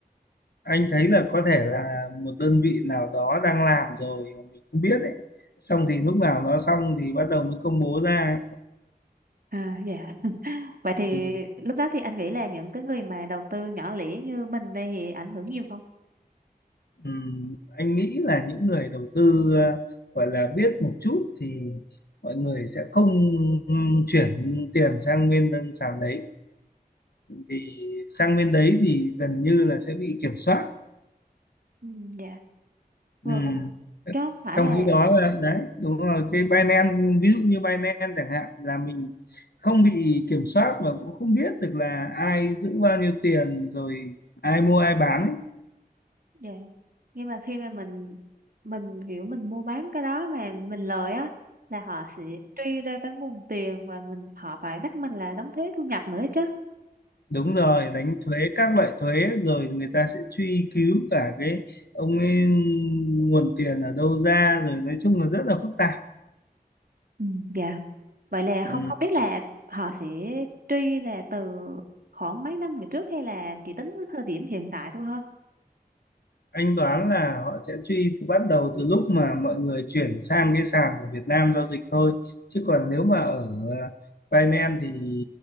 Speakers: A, on the left; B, on the right.
A: Anh thấy là có thể là một đơn vị nào đó đang làm rồi mà mình không biết ấy. Xong thì lúc nào nó xong thì bắt đầu mới công bố ra.
B: À dạ. <laughs> Vậy thì
A: Ừ.
B: lúc đó thì anh nghĩ là những cái người mà đầu tư nhỏ lẻ như mình đây thì ảnh hưởng nhiều không?
A: Ừm, anh nghĩ là những người đầu tư ờ, gọi là biết một chút thì mọi người sẽ không ừm, chuyển tiền sang bên đơn sàn đấy vì sang bên đấy thì gần như là sẽ bị kiểm soát
B: Ừ, dạ.
A: Ừm,
B: Rồi chứ không phải
A: trong
B: là
A: khi đó là đấy đúng rồi cái Binance ví dụ như Binance chẳng hạn là mình không bị kiểm soát và cũng không biết được là ai giữ bao nhiêu tiền rồi ai mua ai bán ấy
B: Dạ. Nhưng mà khi mà mình mình kiểu mình mua bán cái đó mà mình lời á là họ sẽ truy ra cái nguồn tiền và mình họ phải bắt mình là đóng thuế thu nhập nữa chứ.
A: đúng rồi đánh thuế các loại thuế rồi người ta sẽ truy cứu cả cái ông ấy nguồn tiền ở đâu ra rồi nói chung là rất là phức tạp
B: Ừ, dạ. Vậy là
A: ừ.
B: không không biết là họ sẽ truy là từ khoảng mấy năm về trước hay là chỉ tính với thời điểm hiện tại thôi ha?
A: anh đoán là họ sẽ truy từ bắt đầu từ lúc mà mọi người chuyển sang cái sàn của Việt Nam giao dịch thôi chứ còn nếu mà ở ờ, Binance thì